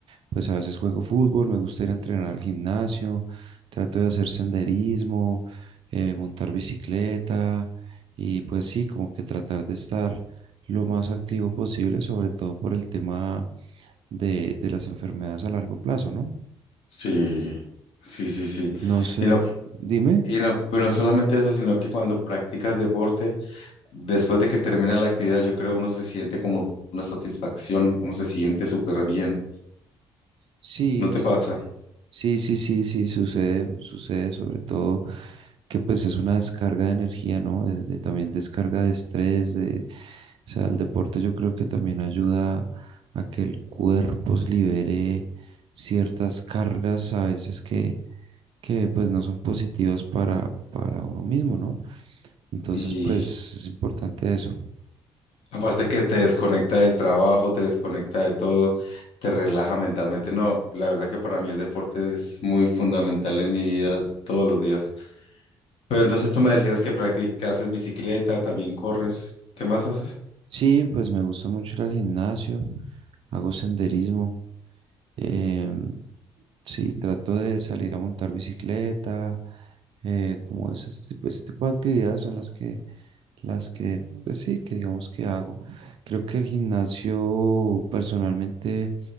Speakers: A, on the right; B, on the left.
A: pues a veces juego fútbol, me gusta ir a entrenar al gimnasio, trato de hacer senderismo, eh, montar bicicleta y pues sí, como que tratar de estar lo más activo posible, sobre todo por el tema de, de las enfermedades a largo plazo, ¿no?
B: Sí, sí, sí, sí.
A: No sé,
B: Y no
A: dime.
B: Y no, pero no solamente eso, sino que cuando practicas deporte, después de que termina la actividad, yo creo uno se siente como una satisfacción, uno se siente súper bien,
A: Sí,
B: ¿no te pasa?
A: Sí, sí, sí, sí, sucede, sucede sobre todo que pues es una descarga de energía, ¿no? De- de- también descarga de estrés, de, o sea, el deporte yo creo que también ayuda a que el cuerpo se libere ciertas cargas a veces que, que pues no son positivas para, para uno mismo, ¿no? Entonces
B: Y
A: pues es importante eso.
B: aparte que te desconecta del trabajo, te desconecta de todo, te relaja mentalmente. No, la verdad que para mí el deporte es muy fundamental en mi vida todos los días. Pero entonces tú me decías que practicas bicicleta, también corres, ¿qué más haces?
A: Sí, pues me gusta mucho ir al gimnasio, hago senderismo. Em, sí, trato de salir a montar bicicleta, eh, como ese tipo, ese tipo de actividades son las que, las que, pues sí, que digamos que hago. Creo que el gimnasio personalmente